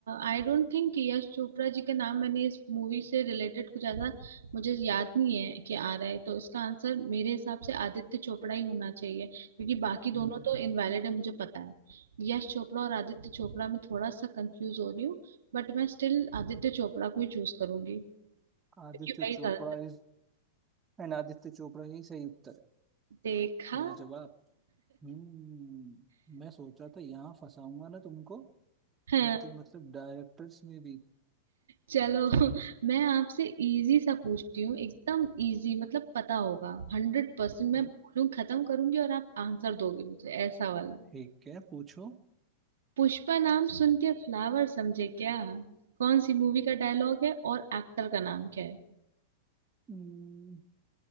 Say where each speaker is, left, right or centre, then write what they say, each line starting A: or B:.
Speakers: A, on the right; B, on the right.
A: I don't think Yash Chopra ji का नाम मैंने इस मूवी से रिलेटेड कुछ ऐसा मुझे याद नहीं है कि आ रहा है तो इसका आंसर मेरे हिसाब से आदित्य चोपड़ा ही होना चाहिए क्योंकि बाकी दोनों
B: हम्म,
A: तो इनवैलिड है मुझे पता है यश चोपड़ा और आदित्य चोपड़ा में थोड़ा सा कंफ्यूज हो रही हूँ बट मैं स्टिल आदित्य चोपड़ा को ही चूज करूंगी क्योंकि
B: आदित्य
A: वही
B: चोपड़ा
A: था
B: इज एंड आदित्य चोपड़ा ही सही उत्तर है
A: देखा
B: लाजवाब हम्म मैं सोचा था यहाँ फंसाऊंगा ना तुमको
A: हाँ
B: फिर तुम
A: <laughs>
B: मतलब डायरेक्टर्स में भी
A: चलो <laughs> मैं आपसे इजी सा पूछती हूँ एकदम इजी मतलब पता होगा हंड्रेड परसेंट मैं
B: ठी-
A: बोलूँ खत्म करूंगी और आप आंसर दोगे मुझे ऐसा वाला
B: ठीक है पूछो
A: पुष्पा नाम सुन के फ्लावर समझे क्या कौन सी मूवी का डायलॉग है और एक्टर का नाम क्या है
B: हम्म,